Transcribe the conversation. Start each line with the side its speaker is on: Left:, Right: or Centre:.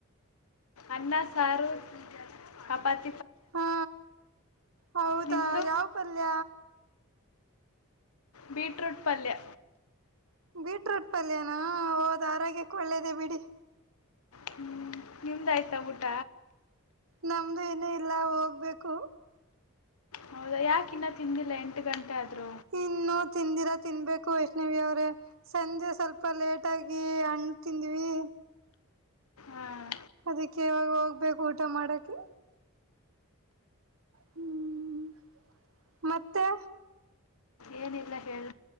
Left: ಅನ್ನ ಸಾರು ಚಪಾತ್
Right: ಹಾ ಹೌದಾ
Left: ನಿಮ್ಮದು
Right: ಯಾವ್ ಪಲ್ಯ?
Left: ಬೀಟ್ರೂಟ್ ಪಲ್ಯ
Right: ಬೀಟ್ರೂಟ್ ಪಲ್ಯನಾ ಹೌದ್ ಆರೋಗ್ಯಕ್ಕೆ ಒಳ್ಳೇದೆ ಬಿಡಿ.
Left: ಹ್ಮ್ ನಿಮ್ದಾಯ್ತಾ ಊಟ?
Right: ನಮ್ದು ಇನ್ನು ಇಲ್ಲ ಹೋಗ್ಬೇಕು.
Left: ಹೌದಾ ಯಾಕಿನ್ನ ತಿಂದಿಲ್ಲ ಎಂಟು ಗಂಟೆ ಆದ್ರು
Right: ಇನ್ನು ತಿಂದಿಲ ತಿನ್ನಬೇಕು ವೈಷ್ಣವಿ ಅವ್ರೇ ಸಂಜೆ ಸ್ವಲ್ಪ ಲೇಟಾಗಿ ಹಣ್ಣು ತಿಂದ್ವಿ.
Left: ಹಾಂ
Right: ಅದಿಕ್ಕೆ ಇವಾಗ ಹೋಗ್ಬೇಕು ಊಟ ಮಾಡಕ್ಕೆ ಹ್ಮ್ ಮತ್ತೆ
Left: ಏನಿಲ್ಲ ಹೇಳ್